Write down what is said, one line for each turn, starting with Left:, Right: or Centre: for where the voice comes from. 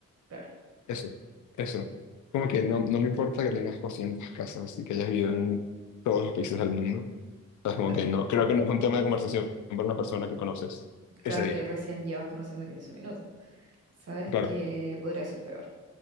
Right: claro.
Left: Eso, eso. Como que no, no me importa que tengas 200 casas y que hayas vivido en todos los países del mundo. Es como
Right: Sa-
Left: que no. Creo que no es un tema de conversación para una persona que conoces ese
Right: Claro
Left: día.
Right: que recién llevas conociendo 15 minutos. Sabes
Left: Claro.
Right: que podría ser peor.